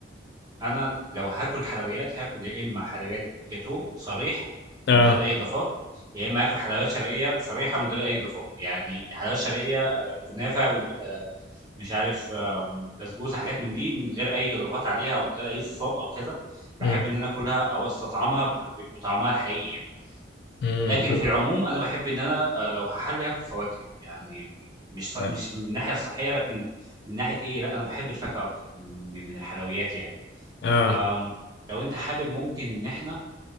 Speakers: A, on the right (about 20°); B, on the left (about 60°).
A: أنا لو هاكل حلويات، هاكل يا إمّا حلويات جاتوه صريح
B: اه
A: من غير أي إضافات، يا إمّا هاكل حلويات شرقية صريحة من غير أي إضافات، يعني حلويات شرقية آآ كنافة وال آآ مش عارف آمم بسبوسة، حاجات من دي من غير أي إضافات عليها أو من غير أي صوصات أو كذا، باحب
B: مم.
A: إن أنا آكلها أو أستطعمها ب ب بطعمها الحقيقي يعني.
B: مم.
A: لكن في العموم أنا باحب إن أنا آآ لو هاحلّي هاكل فواكه، يعني مش ص
B: مم.
A: مش من الناحية الصحية لكن من ناحية إيه، لأ أنا باحب الفاكهة أكتر من من من الحلويات يعني.
B: اه
A: آمم، لو أنت حابب ممكن إن إحنا